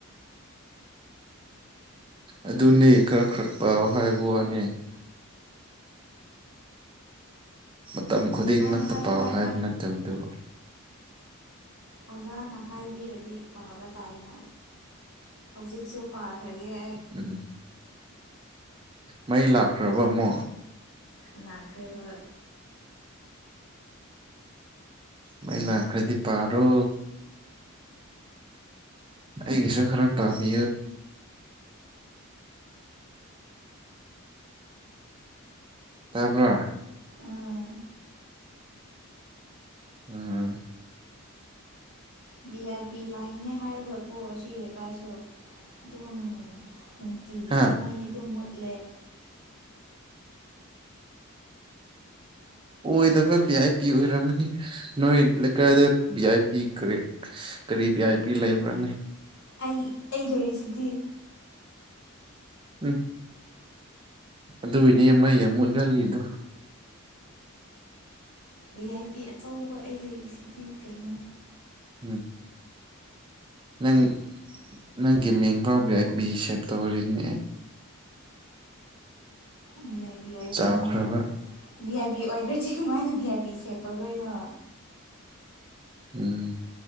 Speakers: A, on the right; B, on the left.
A: ꯑꯗꯨꯅꯤ ꯈꯔꯛ ꯈꯔꯛ ꯄ ꯍꯥꯏꯕ ꯋꯥꯅꯤ ꯃꯇꯝ ꯈꯨꯗꯤꯡꯃꯛꯇ
B: ꯍꯥꯏ ꯍꯣꯏ
A: ꯄꯥꯎ
B: ꯍꯣꯏ
A: ꯍꯥꯏꯕ
B: ꯍꯣꯏ
A: ꯅꯠꯇꯕ ꯑꯗꯨꯕꯨ
B: ꯑꯣꯖꯥꯅ ꯍꯥꯏꯕꯤꯔꯗꯤ ꯄꯥꯕ ꯇꯥꯏꯅ ꯍꯧꯖꯤꯛꯁꯨ ꯄꯥꯔꯔꯒꯦ
A: ꯎꯝ ꯃꯩ ꯂꯥꯛꯈ꯭ꯔꯕ ꯑꯃꯣ
B: ꯂꯅꯥꯈꯔꯤ ꯍꯣꯏ
A: ꯃꯥꯏ ꯂꯈꯔꯗꯤ ꯄꯥꯔꯣ ꯑꯩ ꯀꯁ ꯈꯔꯞ ꯄꯥꯝꯣ ꯇꯄ
B: ꯎꯝ
A: ꯎꯝ
B: ꯚꯤ ꯑꯥꯏ ꯤ ꯂꯥꯏꯅꯦ ꯍꯥꯏꯔꯒꯀꯣ ꯁꯤ ꯂꯩꯀꯥꯏꯁꯨ ꯑꯗꯨꯝ ꯅꯨꯡꯇꯤꯒꯤꯗꯤ
A: ꯍꯥ
B: ꯃꯩ ꯑꯗꯨꯝ ꯃꯨꯠꯂꯦ
A: ꯑꯣꯏꯗꯕ ꯚꯤ ꯑꯥꯏ ꯄꯤ ꯑꯣꯏꯔꯝꯃꯤ ꯅꯣꯏ ꯂꯩꯀꯥꯏꯗ ꯚꯤ ꯑꯥꯏ ꯄꯤ ꯀ ꯀꯔꯤ ꯕꯤꯤ ꯑꯥꯏ ꯄꯤ ꯂꯩꯕ꯭ꯔꯅꯤ
B: ꯑꯩ ꯑꯩ ꯂꯩꯔꯤꯁꯤꯗꯤ
A: ꯎꯝ ꯑꯗꯨꯏꯅꯦ ꯃꯩ ꯌꯥꯝ ꯃꯨꯠꯍꯜꯂꯤꯗꯣ
B: ꯚꯤ ꯑꯥꯏ ꯄꯤ ꯑꯆꯧꯕ ꯑꯩ ꯂꯩꯔꯤꯁꯤꯗꯤ ꯀꯩꯅꯣ
A: ꯎꯝ ꯅꯪ ꯅꯪꯒꯤ ꯃꯤꯡ ꯐꯥꯎꯕ ꯑꯩꯕꯤ ꯁꯦꯞꯇꯔꯤꯅꯦ
B: ꯚꯤ ꯑꯥꯏ ꯄꯤ ꯑꯣꯏꯕꯒꯤꯅꯦ
A: ꯆꯥꯎꯈ꯭ꯔꯕ
B: ꯚꯤ ꯑꯥꯏ ꯄꯤ ꯑꯣꯏꯗ꯭ꯔꯣꯁꯤ ꯀꯃꯥꯏꯅ ꯚꯤ ꯑꯥꯏ ꯄꯤ ꯁꯦꯞ ꯇꯧꯗꯣꯏꯅꯣ
A: ꯎꯝ